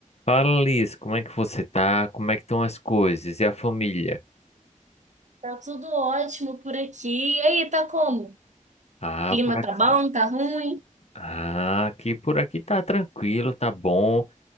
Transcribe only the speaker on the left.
Fala, Liz, como é que você tá? Como é que estão as coisas? E a família?
Ah,
por aqui.
Ah, aqui por aqui tá tranquilo, tá bom.